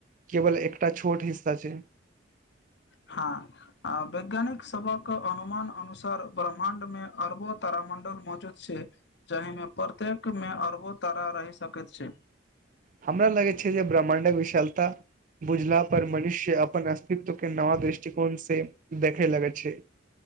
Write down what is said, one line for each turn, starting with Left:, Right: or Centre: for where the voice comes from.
Right: केवल एकटा छोट हिस्सा छै
Left: हँ वैज्ञानिक सबक अनुमान अनुसार ब्रह्माण्ड मे अरबो तामण्डल मजूद छै जाहिमे प्रत्येकमे अरबो तारा रहि सकैत छै
Right: हमरा लगै छै जे ब्रह्माण्डक विशालता बुझला पर मनुष्य अपन अस्तित्व के नवऽ दृष्टिकोण से देखे लगै छै